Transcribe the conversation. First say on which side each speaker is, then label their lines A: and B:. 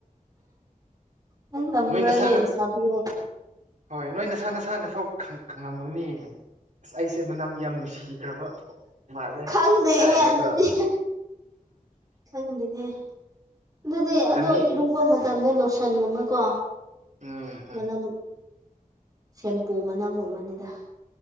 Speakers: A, on the right; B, on the right.
A: ꯅꯪ ꯇꯝꯕ꯭ꯔꯅꯦ
B: ꯅꯣꯏ ꯅꯁꯥꯅ
A: ꯂꯩꯁꯥꯕꯤꯌꯦ
B: ꯍꯣꯏ ꯅꯣꯏ ꯅꯁꯥ ꯅꯁꯥꯅꯐꯥꯎ ꯈꯪꯉꯝꯒꯅꯤ ꯑꯁ ꯑꯩꯁꯦ ꯃꯅꯝ ꯌꯥꯝ ꯅꯨꯡꯁꯤꯈ꯭ꯔꯕ ꯃꯥꯂ
A: ꯈꯪꯗꯦꯍꯦ
B: ꯀꯥꯏ ꯅ
A: ꯑꯗꯨꯗꯤ
B: ꯀ
A: ꯈꯪꯗꯦꯅꯦ ꯑꯗꯨꯗꯤ ꯑꯗꯣ
B: ꯂꯝꯕꯤ
A: ꯏꯔꯨꯕ ꯃꯇꯝꯗ ꯂꯣꯁꯟꯒꯨꯝꯕ ꯀꯣ
B: ꯎꯝ ꯎꯝ
A: ꯃꯅꯝ ꯁꯦꯝꯄꯨ ꯃꯅꯝ ꯑꯣꯏꯨꯝ ꯑꯃꯅꯤꯅꯤꯗ